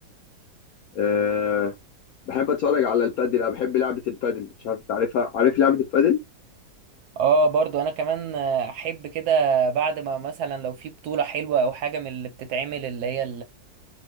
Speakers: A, on the left; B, on the right.
A: آه، بحب اتفرج على البادل انا بحب لعبه البادل مش عارف انت عارفها عارف لعبه البادل
B: اه برضو انا كمان احب كده بعد ما مثلا لو في بطوله حلوه او حاجه من اللي بتتعمل اللي هي